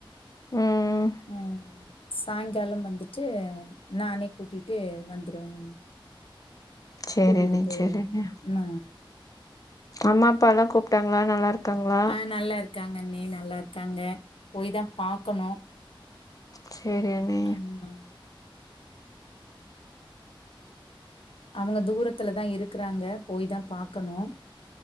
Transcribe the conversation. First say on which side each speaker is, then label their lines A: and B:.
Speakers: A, on the left (about 40°); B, on the left (about 80°).
A: ம்
B: உம் சாயங்காலம் வந்துட்டு நானே கூட்டிட்டு வந் த்துருவங்கண்ணி
A: சேரிண்ணே
B: கூட்டிட்டு போயிருவே
A: சேரிண்ணே
B: ன்ன
A: அம்மா அப்பாலாம் கூப் ட்டாங்களா நல்லா இருக்காங்களா
B: ஆ நல்லா இருக்காங்க அண்ணி நல்லா இருக்காங்க போய்தா பாக்கணு
A: செரி அண்ணி
B: ஆமா அவங்க தூரத்துலதா இருக்குறாங்க போய்தா பாக்கணு